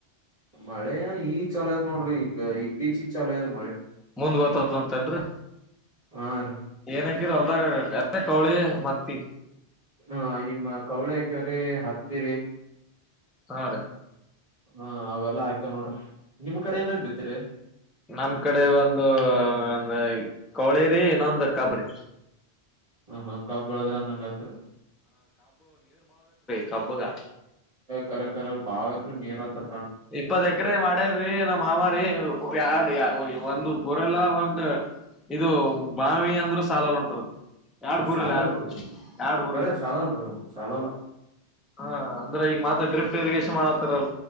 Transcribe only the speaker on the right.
ಮಳೆ ಏನ್ ಈ ಚಲ ಅದ್ ನೋಡ್ರಿ ಈಗ ಇತ್ತೀಚಿ ಚಲ ಅದ್ರೀ ಮಳೆ.
ಹಾ ರೀ
ಹಾ ಈಮ್ಮ ಕೌಳಿ ಹಾಕ್ಯವ್ರಿ ಹತ್ತಿರಿ.
ಹಾ ಅವೆಲ್ಲಾ ಹಾಕವ ನೋಡ್ರಿ ನಿಮ್ ಕಡೆ ಏನೇನ್ ಬಿತ್ತೀರಿ.
ಹ ಹ ಕಬ್ಬ ಬೆಳದ್ರ ಅಂದಂಗ ಆತ್ರಿ.
ಕರೆ ಕರ ಬಾಳ್ ಬೇಕ್ ರೀ ನೀರ್ ಅಂದ್ರೇ.
ಸಾಲಲ್ರಿ
ಕರೆ ಸಾಲಲ್ರಿ ಅವು ಸಾಲಲ್ಲ